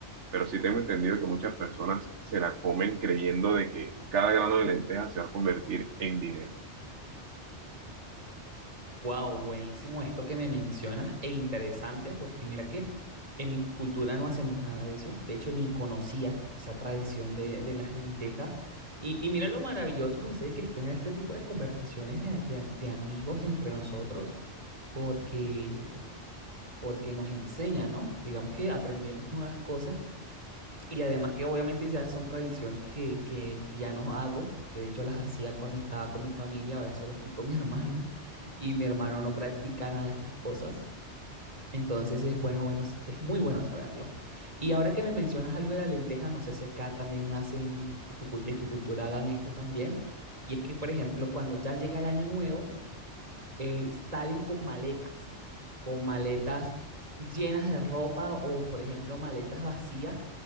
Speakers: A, on the right; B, on the right.
A: pero sí tengo entendido que muchas personas se la comen creyendo de que cada grano de lenteja se va a convertir en dinero.
B: Wow, buenísimo esto que me mencionas e interesante porque mira que en mi cultura no hacemos nada de eso. De hecho, ni conocía esa tradición de, de las lentejas. Y, y mira lo maravilloso, José, que es tener este tipo de conversaciones de, de- de amigos entre nosotros, porque porque nos enseña, ¿no? Digamos que aprendemos nuevas cosas y además que obviamente ya son tradiciones que, que, que ya no hago, porque de hecho las hacía cuando estaba con mi familia, ahora solo estoy con mi <laughs> hermano y mi hermano no practica nada de estas cosas. Entonces es bueno, bueno, es muy bueno saberlo. Y ahora que me mencionas algo de la lenteja, no sé si acá también hacen, en tu, cul- en tu cultura hagan esto también. Y es que, por ejemplo, cuando ya llega el año nuevo, eh, salen con maletas, con maletas llenas de ropa o, por ejemplo, maletas vacías